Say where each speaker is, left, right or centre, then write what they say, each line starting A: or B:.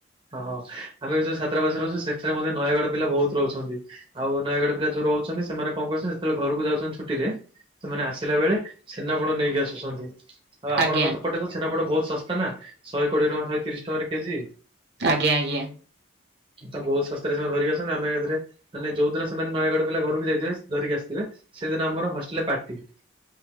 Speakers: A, on the right; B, on the right.
A: ହଁ ଆମେ ବି ଯୋଉ ଛ୍ରାବାସ ରହୁଛୁ ସେଥିରେ ମଧ୍ୟ ନୟାଗଡ ପିଲା ବହୁତ ରହୁଛନ୍ତି। ଆଉ ନୟାଗଡ ପିଲା ଯୋଉ ରହୁଛନ୍ତି ସେମାନେ କଣ କରୁଛନ୍ତି ଯେତେବେଳେ ଘରକୁ ଯାଉଛନ୍ତି ଛୁଟିରେ ସେମାନେ ଆସି ଆସିଲାବେଳେ ଛେନାପୋଡ ନେଇକି ଆସୁଛନ୍ତି ଆଉ ଆପଣଙ୍କ
B: ଆଜ୍ଞା।
A: ପଟେ ତ ଛେନାପୋଡ ବହୁତ ଶସ୍ତା ନା ଶହେ କୋଡିଏ ଟଙ୍କା ଶହେ ତିରିଶ ଟଙ୍କାରେ କେଜି।
B: ଆଜ୍ଞା ଆଜ୍ଞା
A: <inaudible> ତ ବହୁତ ଶସ୍ତାରେ ସେମାନେ ଧରିକି ଆସନ୍ତି ଆମେ ଏଥିରେ, ମାନେ ଯୋଉ ଦିନ ସେମାନେ ନୟାଗଡ଼ ପିଲା ଘରକୁ ଯାଇଥିବେ ଧରିକି ଆସିଥିବେ। ସେଦିନ ଆମର ହଷ୍ଟେଲରେ ପାର୍ଟି।